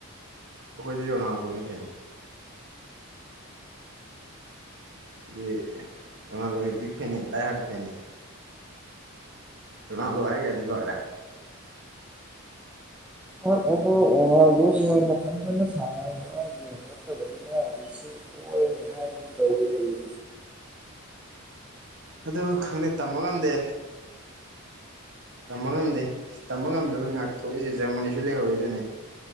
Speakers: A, on the right (about 50°); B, in the centre.
A: ꯑꯈꯣꯏꯗꯤ <unintelligible> ꯀꯩꯅꯣ <unintelligible> ꯔꫭꯅꯥꯏꯗꫭꯒꯤ ꯕꯤꯛ ꯐꯦꯟꯅꯤ ꯗꯥꯏ ꯍꯥꯔꯠ ꯐꯦꯟꯅꯤ ꯔꫭꯅꯥꯜꯗꫭ ꯍꯥꯏꯒ꯭ꯔꯗꯤ ꯂꫭꯏꯔꯦ
B: ꯑꯗꫭ ꯑ ꯕꫭꯜꯁꯦ <unintelligible> ꯃꯊꯟꯗꯅ ꯁꯥꯟꯅꯔꯒꯕ ꯒꯦꯝ ꯅꯠꯇꯕꯅꯤꯅ ꯍꯨꯖꯤꯛꯁꯦ ꯄꫭꯔꯅꯤ ꯍꯥꯏꯒꯨꯝ ꯇꯧꯔꯤ ꯍꯌꯦꯡ
A: ꯑꯗꯨ ꯈꯪꯗꯦ ꯇꯝꯕ ꯉꯝꯗꯦ ꯇꯝꯕ ꯉꯝꯗꯦ ꯇꯝꯕ ꯉꯝꯗꯕꯅꯤ ꯉꯥꯏꯍꯥꯛ ꯊꯣꯛꯏꯁꯦ ꯖꯥꯔꯃꯅꯤꯁꯨ ꯂꯩꯍꯧꯔꯤꯗꯨꯅꯤ